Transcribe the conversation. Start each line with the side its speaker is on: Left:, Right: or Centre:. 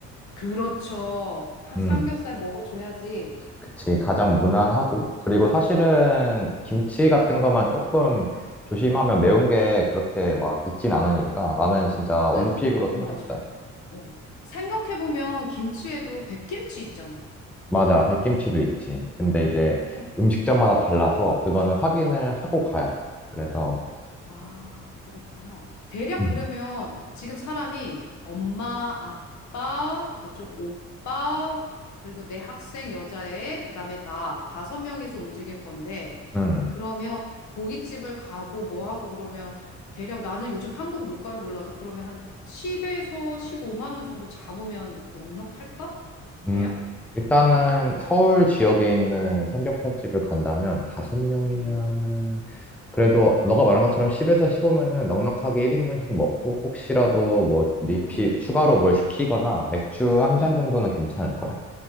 Left: 그렇죠. 하-
Centre: 음.
Left: 삼겹살 먹어줘야지.
Centre: 그치, 가장 무난하고. 그리고 사실은 김치 같은 것만 조금 조심하면 매운 게 그렇게 막 있진 않으니까 나는 진짜 원픽으로
Left: 그, 어,
Centre: 삼겹살.
Left: 맞아. 어. 생각해보면 김치에도 백김치 있잖아.
Centre: 맞아, 백김치도 있지. 근데 이제
Left: 응,
Centre: 음식점마다
Left: 응.
Centre: 달라서 그거는 확인을 하고
Left: 응.
Centre: 가야 돼. 그래서,
Left: 아, 그렇구나. 대략
Centre: 음,
Left: 그러면 지금 사람이 엄마, 아빠, 그쪽 오빠, 그리고 내 학생 여자애, 그다음에 나 다섯 명이서 움직일 건데
Centre: 음,
Left: 그러면 고깃집을 가고 뭐 하고 그러면 대략 나는 요즘 한국 물가를 몰라서 그러면 한 10에서 15만 원 정도 잡으면 넉넉할까? 대략?
Centre: 음. 일단은 서울 지역에 있는 삼겹살집을 간다면 다섯 명이면은
Left: 응.
Centre: 그래도
Left: 한
Centre: 너가 말한 것처럼 10에서 15면은 넉넉하게 1인분씩 먹고 혹시라도
Left: 응.
Centre: 뭐 리필
Left: 응.
Centre: 추가로 뭘 시키거나 맥주 한
Left: 응.
Centre: 잔 정도는 괜찮을 거야.